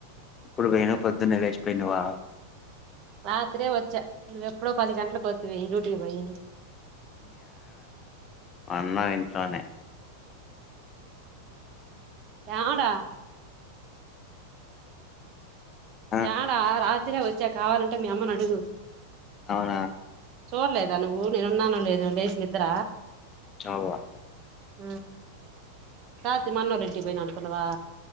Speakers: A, on the left; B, on the right.
A: ఎప్పుడు పోయినవ్ పొద్దున్నే లేచిపోయినవా
B: రాత్రే వచ్చా నువ్వెప్పుడో పది గంటలకు వత్తివి డ్యూటీకి పోయి
A: ఉన్న ఇంట్లోనే
B: యాడ
A: ఆ
B: యాడ రాత్రే వచ్చా కావాలంటే మీ అమ్మని అడుగు
A: అవునా
B: చూడలేదా నువ్వు నేనున్నానో లేదో లేచి నిద్ర
A: చూలే
B: హ రాత్రి మా అన్నోళ్ల ఇంటికి పోయిన అనుకున్నావా